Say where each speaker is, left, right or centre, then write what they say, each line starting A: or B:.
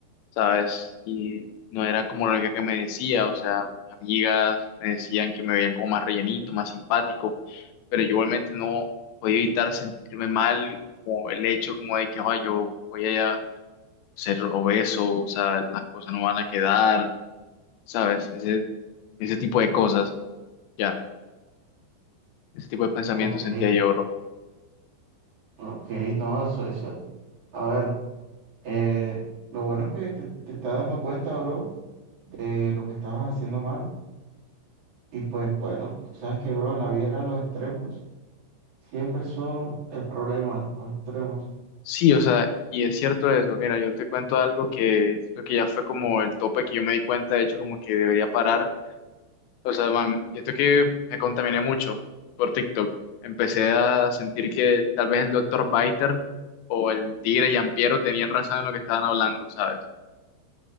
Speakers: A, on the left; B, on the right.
A: ¿sabes? Y no era como lo que que me decía, o sea, mis amigas me decían que me veían como más rellenito, más simpático, pero yo igualmente no podía evitar sentirme mal, como el hecho como de que, "Ay, yo voy a ser obeso, o sea, las cosas no van a quedar, ¿sabes? Ese, ese tipo de cosas, ya, ese tipo de pensamientos
B: ok,
A: sentía yo, bro.
B: ok, no, eso, eso, a ver, eh, lo bueno es que te, te estás dando cuenta, bro, de lo que estabas haciendo mal y pues bueno, tú sabes que, bro, en la vida los extremos siempre son el problema, los extremos,
A: Sí, o sea, y es cierto eso. Mira, yo te cuento algo que siento que ya fue como el tope que yo me di cuenta, de hecho, como que debería parar. O sea, man, siento que me contaminé mucho por TikTok. Empecé a sentir que tal vez el doctor Biter o el Tigre Yampiero tenían razón en lo que estaban hablando, ¿sabes?